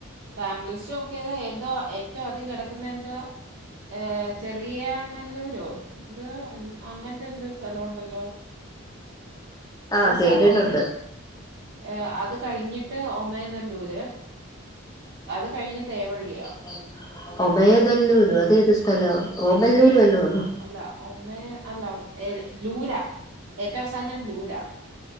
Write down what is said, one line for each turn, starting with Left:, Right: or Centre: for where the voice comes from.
Right: റാങ്ക് ലിസ്റ്റ് നോക്കിയത എന്തോ ഏറ്റവും ആധികം കിടക്കുന്ന എന്തുവ ഏഹ ചെറിയ നല്ലൂരോ എന്തുവാ അങ്ങനത്തെ എന്തോ സ്ഥലം ഉണ്ടല്ലോ
Left: ആഹ്
Right: ഒരു
Left: കേട്ടിട്ടുണ്ട്
Right: സ്ഥലം വുണ്ട് ഏ അത് കഴിഞ്ഞിട്ട് ഒമയനല്ലൂര് അത് കഴിഞ്ഞ തേവള്ളിയാ
Left: <unintelligible> ഒമയനല്ലൂരു അതേഏത് സ്ഥലോ ഓമല്ലൂരു വല്ലോ ആന്നോ
Right: അല്ല ഒമ്മ അല്ല ഏ ലൂരാ ഏറ്റവും അവസാനം ലൂരാ